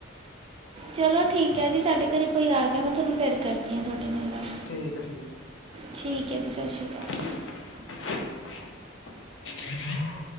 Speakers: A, on the right (about 30°); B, on the left (about 65°).
A: ਚਲੋ ਠੀਕ ਐ ਜੀ ਸਾਡੇ ਘਰੇ ਕੋਈ ਆ ਗੇਆ ਮੈ ਥੋਨੂੰ ਫੇਰ ਕਰਦੀ ਆਂ ਥੋਡੇ ਨਾਲ ਗੱਲ।
B: ਠੀਕ ਐ ਠੀਕ।
A: ਠੀਕ ਐ ਜੀ ਸਸ ਰੀ ਕਾਲ।
B: <inaudible>